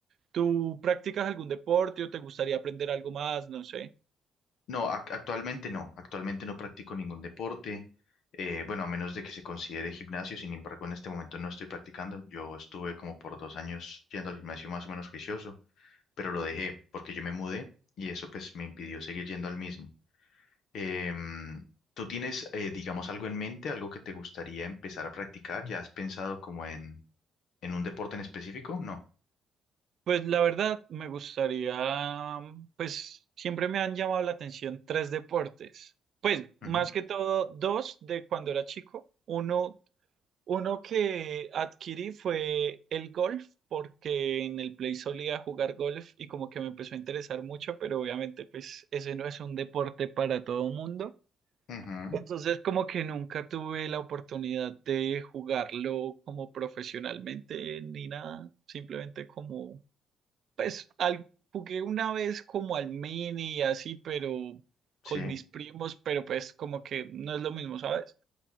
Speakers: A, on the right; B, on the left.
A: ¿Tú practicas algún deporte o te gustaría aprender algo más? No sé.
B: No, ac- actualmente no, actualmente no practico ningún deporte, eh, bueno, a menos de que se considere gimnasio, sin embargo, en este momento no estoy practicando. Yo estuve como por dos años yendo al gimnasio más o menos juicioso, pero lo dejé porque yo me mudé y eso pues me impidió seguir yendo al mismo. Em, ¿tú tienes, eh, digamos, algo en mente, algo que te gustaría empezar a practicar? ¿Ya has pensado como en, en un deporte en específico? No.
A: Pues la verdad, me gustaría, mm, pues, siempre me han llamado la atención tres deportes. Pues, más
B: Ujú,
A: que todo, dos de cuando era chico. Uno, uno que adquirí fue el golf, porque en el Play solía jugar golf y como que me empezó a interesar mucho, pero obviamente, pues, ese no es un deporte para todo mundo.
B: ujú,
A: Entonces, como que nunca tuve la oportunidad de jugarlo como profesionalmente ni nada, simplemente como, pues, al, jugué una vez como al mini y así, pero
B: sí,
A: con mis primos, pero pues como que no es lo mismo, ¿sabes?